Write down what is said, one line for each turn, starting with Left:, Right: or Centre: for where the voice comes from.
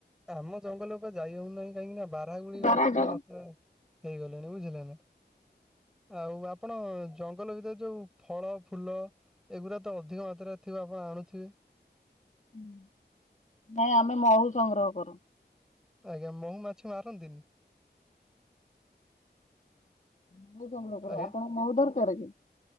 Centre: ତାହା ଆମେ ଜଙ୍ଗଲକୁ ଯାଇ ହଉନାହିଁ କାହିଁକି ନା ବା ଭାଇ ଗୁଳିକ
Left: ଧରାଯାଉ
Centre: ଅତିକ ମାତ୍ରରେ ହେଇଗଲେଣି ବୁଝିଲେ ନା ଆଉ ଆପଣ? ଜଙ୍ଗଲ ଭିତରେ ଯୋଉ ଫଳ ଫୁଲ ଏଗୁରା ତ ଅଧିକ ମାତ୍ରାରେ ଥିବ ଆପଣ ଆଣୁଥିବେ।
Left: ହୁଁ ନାଇଁ ଆମେ ମହୁ ସଂଗ୍ରହ କରୁ।
Centre: ଆଜ୍ଞା ମହୁ ମାଛି ମାରନ୍ତିନି?
Left: <inaudible> ବୁ ସଂଗ୍ରହ କରୁ।
Centre: ଆଜ୍ଞା
Left: ଆପଣ ମହୁ ଦରକାର କି?